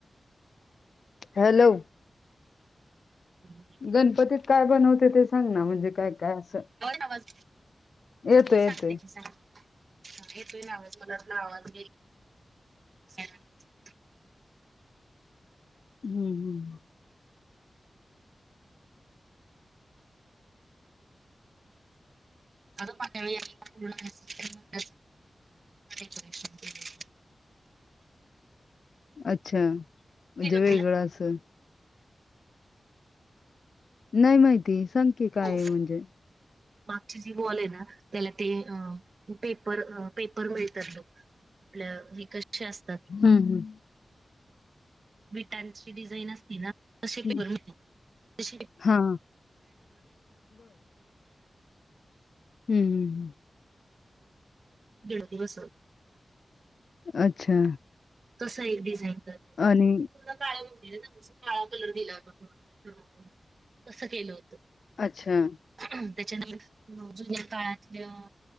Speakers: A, on the left; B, on the right.
A: हॅलो
B: ह्
A: गणपतीत काय बनवते ते सांग ना म्हणजे काय काय असं
B: आवाज
A: येतोय
B: हो सांगते
A: येतोय.
B: की सांगते येतोय आवाज मला आवाज नाही
A: हम्म हम्म
B: <inaudible>
A: अच्छा
B: होतं.
A: वेगळं असं नाही माहिती सांग काय
B: हो
A: म्हणजे
B: मागची जी वॉल आहे ना त्याला ते पेपर पेपर मिळतात बग आपलं हे कसे असतात
A: हम्म
B: बेटांचीडिझाईन असते ना <inaudible> ह
A: हम्म हा हम् हम् हम्
B: दीड दिवस
A: अच्छा
B: कस आहे डिझाईन कर
A: आणि
B: पूर्ण काळ नव्हतंकाळा कलर दिला होता कसं केलं होतं
A: अच्छा
B: त्याच्यान जुन्या काळातल्या